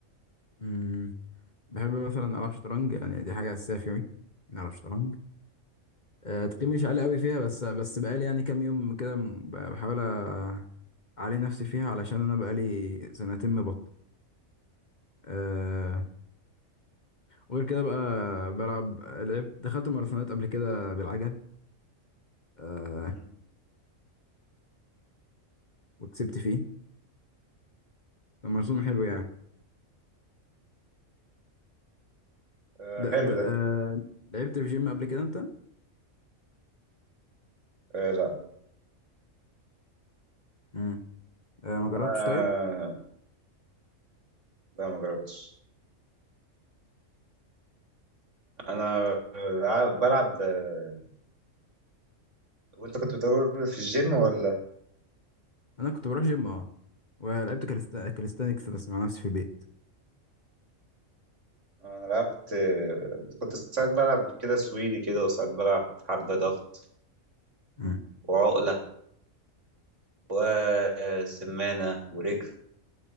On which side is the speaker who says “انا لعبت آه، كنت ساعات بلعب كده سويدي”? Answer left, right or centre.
Right